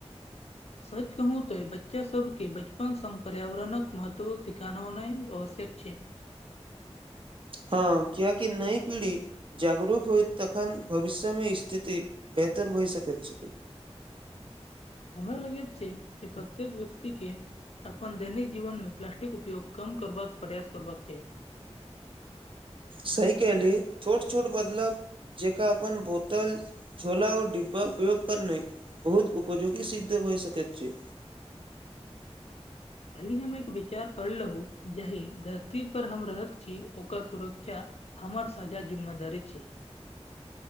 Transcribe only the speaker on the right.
हँ क्याकि कि नई पीढ़ी जागरूक होइत तखन भविष्यमे स्थिति बेहतर होए सकैत छै
सही कली छोट छोट बदलाव जेका अपन बोतल झोला ओ डिब्बा उपयोग करनाए बहुत उपयोगी सिद्ध होइ सक छै